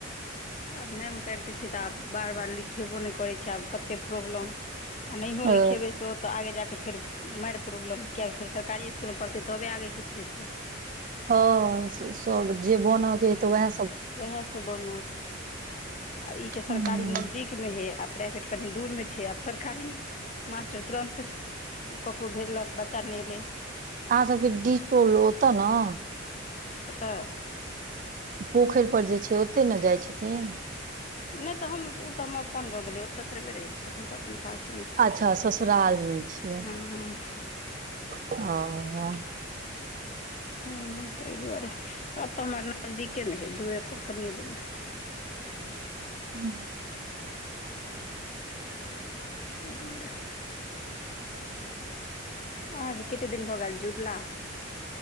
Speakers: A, on the left; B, on the right.
A: आब नाम। कैट दै छ तऽ आब बार -बार लिखेबो नै करै छै आब कते प्रॉब्लम आ नहिहो
B: ओ
A: लिखेबै सो- तऽ आगे जाकऽ फेर माइर‌ प्रॉब्लम कए फेर सरकारी इसकुलमे पढ़तै तबे आगे किछ हेतै।
B: हँ सब जे बनऽ के अइ तऽ वएह
A: उएहसँ बनत आ ई छै सरकारी
B: हूँ
A: नजदीक मे हेै आ प्राइवेट कनि दूरमे छै आब सरकारी मे- मास्टर तुरन्त ककरो भेजलक बच्चा नै एलेै।
B: आहाँ सबके डिहटोल ओतऽ नऽ?
A: कतऽ?
B: पोखैर पर जे छै ओतेै नऽ जाय छथिन?
A: नै तऽ हम उ तऽ हमर अपन गाँव भेलै ओतऽ थोड़बे रहेै छीयै हम तऽ अपन सास।
B: अच्छा सोसराल मे छियै
A: हँ हँ
B: ओ-
A: हँ तैय दुआरे अतऽ हमरा नजदीके मे हेै दूरेपर कनिए दूरमे।
B: हँ।
A: एय दुआरे। आहाँ के कते दिन भऽ गेल जुरला?